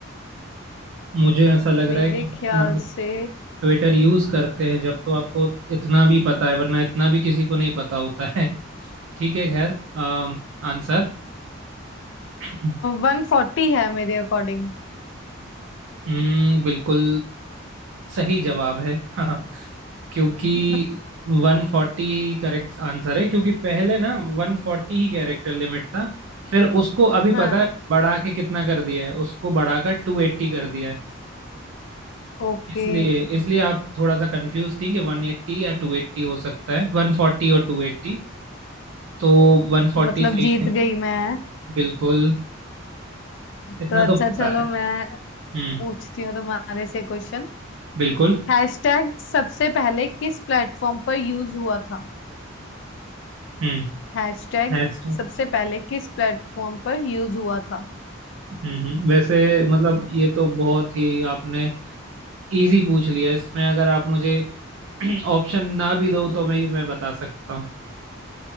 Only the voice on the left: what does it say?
मेरे
ख्याल
से
वन फोर्टी है मेरे अकॉर्डिंग
<laughs>
हाँ
ओके
मतलब
जीत
गई मैं
तो
अच्छा
चलो
मैं
पूछती हूँ तुम्हारे से क्वेश्चन
हैशटैग सबसे पहले किस प्लेटफॉर्म पर यूज हुआ था
हैशटैग
सबसे पहले किस प्लेटफॉर्म पर यूज हुआ था